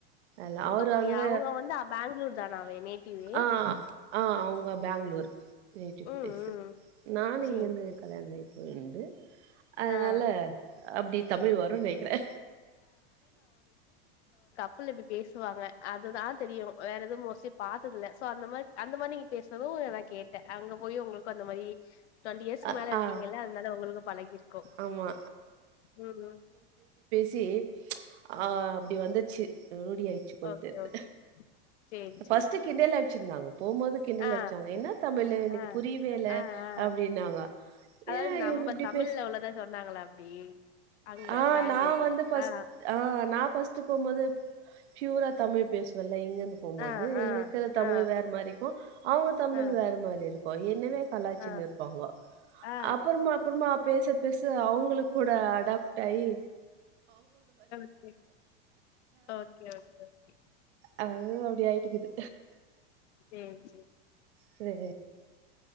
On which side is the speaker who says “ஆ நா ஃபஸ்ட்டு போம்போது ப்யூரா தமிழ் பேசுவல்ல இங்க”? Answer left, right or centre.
Right